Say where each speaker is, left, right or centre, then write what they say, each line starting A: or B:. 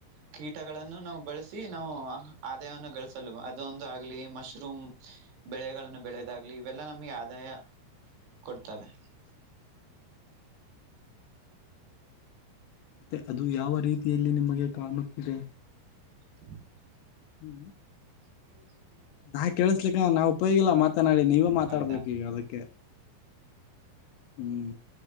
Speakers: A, on the right (about 60°); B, on the left (about 75°).
A: ಕೀಟಗಳನ್ನು ನಾವು ಬಳಸಿ ನಾವು ಆದಾಯವನ್ನು ಗಳಿಸಲು ಅದೊಂದು ಆಗ್ಲಿ ಮಶ್ರೂಮ್. ಬೆಳೆಗಳನ್ನು ಬೆಳೆದಾಗ್ಲಿ ಇವೆಲ್ಲಾ ನಮ್ಗೆ ಆದಾಯ ಕೊಡ್ತವೆ.
B: <inaudible> ಮತ್ತೆ ಅದು ಯಾವ ರೀತಿಯಲ್ಲಿ ನಿಮಗೆ ಕಾಣುತ್ತಿದೆ.
A: <inaudible>
B: ಹ್ಮ್.
A: <unintelligible>
B: ನಾ ಕೇಳಸ್ಲಿಕ್ಕ ನಾ್ ಉಪಯೋಗಿಲ್ಲ ಮಾತನಾಡಿ ನೀವೇ ಮಾತಾಡ್ಬೇಕು
A: ಹೌದಾ.
B: ಈಗ ಅದಕ್ಕೆ. ಹ್ಮ್